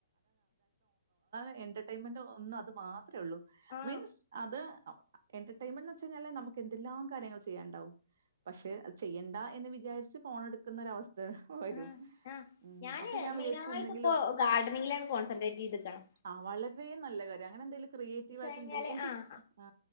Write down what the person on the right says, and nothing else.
<unintelligible> എന്റർടൈയ്മെന്റ് ഒന്ന് അത് മാ ത്രേള്ളൂ
മീൻസ് അത് <unintelligible> എന്റർടൈമെന്റ് എന്നു വെച്ചാല് നമുക് എന്തെല്ലാം കാര്യങ്ങള് ചെയ്യാണ്ടാവും പക്ഷെ, അത് ചെയ്യണ്ട എന്നു വിചാരിച്ചു ഫോൺ എടുക്കുന്ന ഒരവസ്ഥ വരും.
ഉം.
അപ്പൊ ഞാൻ
വിചാരിച്ചു എന്തെങ്കിലും
ആ വളരെ നല്ല കാര്യം അങ്ങനെ എന്തെങ്കിലും ക്രിയേറ്റീവ് ആയിട്ട്ണ്ടെങ്കില്
എനിക്ക്
ആ